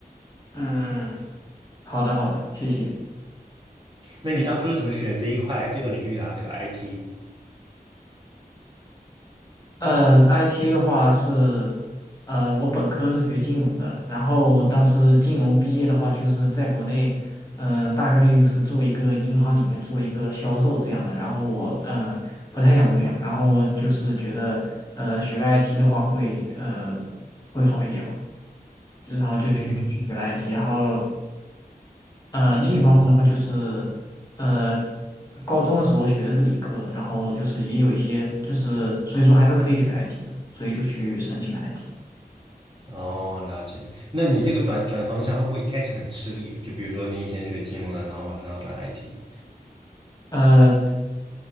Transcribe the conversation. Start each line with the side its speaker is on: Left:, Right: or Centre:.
Left: 嗯，好的好的，谢谢。
Right: 那你当初是怎么选这一块这个领域的啊？这个 IT？
Left: 呃，IT 的话是，呃，我本科是学金融的，然后当时金融毕业的话，就是在国内，嗯、大概率就是做一个银行里面做一个销售这样的。然后我，嗯，不太想这样，然后就是觉得，呃，学个 IT 的话会，呃，会好一点嘛。就然后就去就去学了
Right: 嗯
Left: IT，然后呃另一方面的话就是呃
Right: 嗯
Left: 高中的时候学的是理科，然后就是也有一些就是所以说还是可以学 IT 的，所以就去申请了 IT。
Right: 哦，了解。那你这个转转方向会不会一开始很吃力？就比如说你以前学金融的，然后马上要转 IT。
Left: 呃，